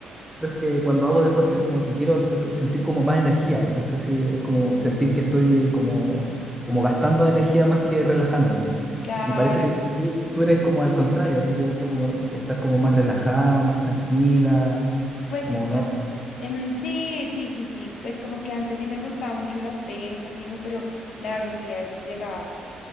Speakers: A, in the centre; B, on the left (about 65°).
A: pero es que cuando hago deporte como que quiero eh, sentir como más energía, no sé si es como sentir que estoy como, como gastando energía más que relajándome.
B: Claro,
A: Y parece que tú, tú eres como al contrario, a ti te gusta como estar como más relajada, más tranquila,
B: pues
A: como no.
B: o s- en, sí, sí, sí, sí, pues como que antes sí me gustaba mucho las pesas y eso, pero la verdad es que a veces llegaba